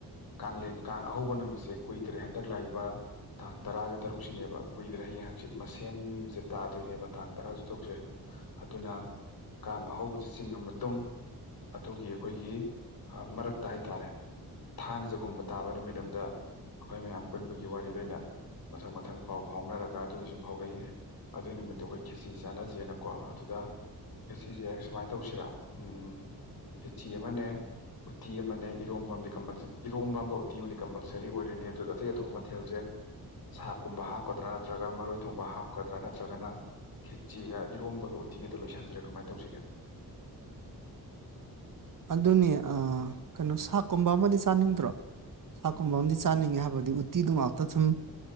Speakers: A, on the left; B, on the right.
A: ꯀꯦꯟ ꯀꯥꯡ ꯑꯍꯧꯕ ꯅꯨꯃꯤꯠꯁꯦ ꯀꯨꯏꯗ꯭ꯔꯦ ꯍꯟꯗꯛ ꯂꯥꯛꯏꯕ ꯇꯥꯡ ꯇꯔꯥꯒ ꯇꯔꯨꯛꯁꯤꯅꯦꯕ ꯀꯨꯏꯗ꯭ꯔꯦ ꯍꯌꯦꯡ ꯍꯪꯆꯤꯠ ꯃꯁꯦꯝꯁꯦ ꯇꯥꯗꯣꯏꯅꯦꯕ ꯇꯥꯡ ꯇꯔꯥꯁꯨ ꯊꯣꯛꯇ꯭ꯔꯦ ꯑꯗꯨꯅ ꯀꯥꯡ ꯑꯍꯧꯕꯁꯤ ꯆꯤꯡꯉ ꯃꯇꯨꯡ ꯑꯗꯨꯒꯤ ꯑꯩꯈꯣꯏꯒꯤ ꯃꯔꯛꯇ ꯍꯥꯏꯇꯥꯔꯦ ꯊꯥꯡꯖꯒꯨꯝꯕ ꯇꯥꯕ ꯅꯨꯃꯤꯠ ꯑꯝꯗ ꯑꯩꯈꯣꯏ ꯃꯌꯥꯝ ꯄꯨꯟꯕꯒꯤ ꯋꯥꯔꯤꯗ ꯑꯣꯏꯅ ꯃꯊꯪ ꯃꯊꯪ ꯄꯥꯎ ꯐꯥꯎꯅꯔꯒ ꯑꯗꯨꯒꯤꯁꯨ ꯐꯥꯎꯔꯛꯏꯅꯦ ꯑꯗꯨꯒꯤ ꯅꯨꯃꯤꯠꯇꯨ ꯑꯩꯈꯣꯏ ꯈꯦꯁꯤ ꯆꯥꯟꯅꯖꯦꯅꯀꯣ ꯑꯗꯨꯗ ꯈꯦꯆꯤꯁꯦ ꯁꯨꯃꯥꯏꯅ ꯇꯧꯁꯤꯔ ꯎꯝ ꯈꯦꯆꯤ ꯑꯃꯅꯦ ꯎꯇꯤ ꯑꯃꯅꯦ ꯏꯔꯣꯝꯕꯝꯗꯤ ꯀꯃꯜꯁꯦ ꯏꯔꯣꯝꯕꯝꯒ ꯎ ꯇꯤꯉꯣꯟꯗꯤ ꯀꯝꯄꯜꯁꯔꯤ ꯑꯣꯏꯔꯦꯅꯤ ꯑꯗꯨꯗ ꯑꯇꯩ ꯑꯇꯣꯞꯄ ꯃꯊꯦꯜꯁꯦ ꯁꯥꯥꯛꯀꯨꯝꯕ ꯍꯥ ꯍꯥꯞꯀꯗ꯭ꯔꯥ ꯅꯠꯇ꯭ꯔꯒ ꯃꯔꯣꯏ ꯊꯣꯡꯕ ꯍꯥꯞꯀꯗ꯭ꯔꯥ ꯅꯠꯇ꯭ꯔꯒꯅ ꯈꯦꯠꯆꯦꯒ ꯏꯔꯣꯝꯕꯒ ꯎꯇꯤꯒꯗ ꯂꯣꯏꯁꯟꯁꯤꯔꯦ ꯀꯃꯥꯏ ꯇꯧꯁꯤꯒꯦ
B: ꯑꯗꯨꯅꯦ ꯀꯩꯅꯣ ꯁꯥꯛꯀꯨꯝꯕ ꯑꯃꯗꯤ ꯆꯥꯅꯤꯡꯗ꯭ꯔꯣ ꯆꯥꯛꯀꯨꯝꯕ ꯑꯃꯗꯤꯝ ꯆꯥꯅꯤꯡꯉꯦ ꯍꯥꯏꯕꯗꯤ ꯎꯠꯇꯤꯗꯨ ꯉꯥꯛꯇ ꯁꯨꯝ